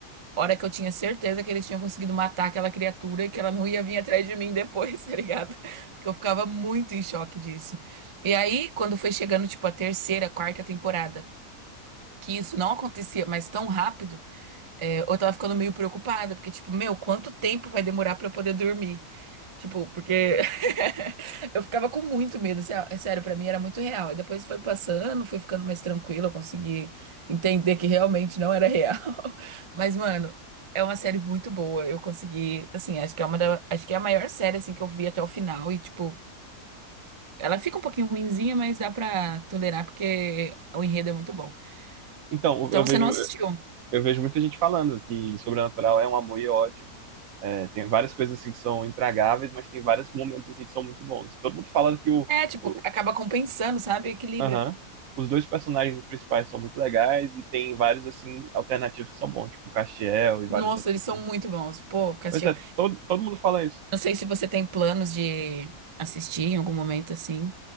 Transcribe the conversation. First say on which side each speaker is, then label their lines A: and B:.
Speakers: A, on the right; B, on the right.
A: Hora que eu tinha certeza que eles tinham conseguido matar aquela criatura e que ela não ia vir atrás de mim depois, <laughs> tá ligado? Porque eu ficava muito em choque disso. E aí, quando foi chegando, tipo, a terceira, quarta temporada, que isso não acontecia mais tão rápido, é, eu tava ficando meio preocupada, porque, tipo, meu, quanto tempo vai demorar pra eu poder dormir? Tipo, porque <laughs> eu ficava com muito medo, sé- é é sério, pra mim era muito real. E depois foi passando, fui ficando mais tranquila, eu consegui entender que realmente não era real. <laughs> Mas, mano, é uma série muito boa. Eu consegui, assim, acho que é uma da, acho que é a maior série assim que eu vi até o final e tipo, ela fica um pouquinho ruinzinha, mas dá pra tolerar porque o enredo é muito bom.
B: Então,
A: Então,
B: eu vejo.
A: você não assistiu?
B: eu vejo muita gente falando que Sobrenatural é um amor e ódio. É, tem várias coisas assim que são intragáveis, mas tem vários momentos assim que são muito bons. E todo mundo fala que o,
A: É, tipo,
B: o-
A: acaba compensando, sabe? Equilibra.
B: aham, os dois personagens principais são muito legais e tem vários assim alternativos que são bons, tipo o Castiel e
A: Nossa,
B: vários outros
A: eles
B: assim.
A: são muito bons. Pô, Castiel.
B: Pois é, todo, todo mundo fala isso.
A: Não sei se você tem planos de assistir em algum momento assim.